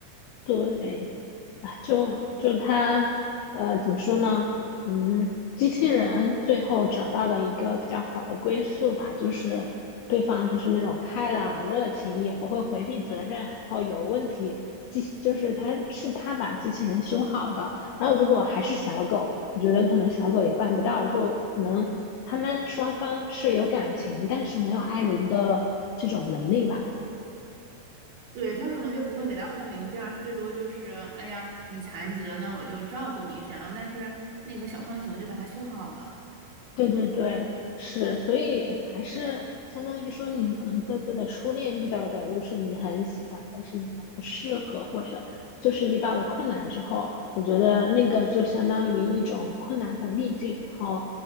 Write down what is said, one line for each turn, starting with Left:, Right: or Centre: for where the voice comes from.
Left: 对，啊，就就他，呃，怎么说呢？嗯，机器人最后找到了一个比较好的归宿吧，就是对方就是那种开朗、热情，也不会回避责任，然后有问题，机就是他是他把机器人修好的。然后如果还是小狗，我觉得可能小狗也办不到，就可能他们双方是有感情，但是没有爱人的这种能力吧。
Right: 对，他可能就不会给他换零件儿，他最多就是，哎呀，你残疾了，那我就照顾你这样。但是那个小浣熊就把它修好了，
Left: 对对对，是，所以还是相当于说，你可能各自的初恋遇到的，就是你很喜欢，但是你们不适合，或者就是遇到了困难之后，我觉得那个就相当于一种困难和逆境，然后